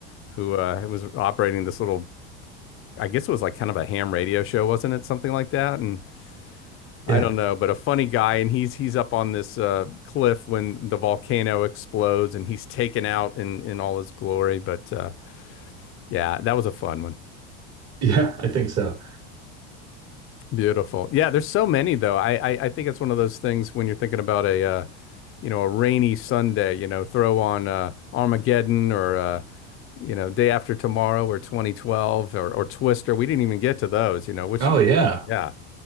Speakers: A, on the left (about 40°); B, on the right (about 45°).
A: who uh, was operating this little, I guess it was like kind of a ham radio show, wasn't it? Something like that. And I
B: Yeah.
A: don't know, but a funny guy, and he's he's up on this uh, cliff when the volcano explodes, and he's taken out in in all his glory. But uh, yeah, that was a fun one.
B: Yeah, I think so.
A: Beautiful. Yeah, there's so many though. I, I I think it's one of those things when you're thinking about a uh, you know, a rainy Sunday, you know, throw on uh, Armageddon or uh, you know, Day After Tomorrow or 2012 or or Twister. We didn't even get to those, you know, which
B: Oh yeah.
A: yeah.